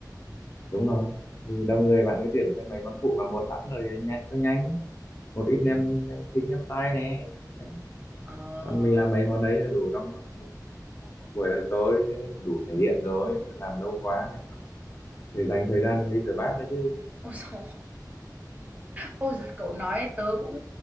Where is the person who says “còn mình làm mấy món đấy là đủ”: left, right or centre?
Left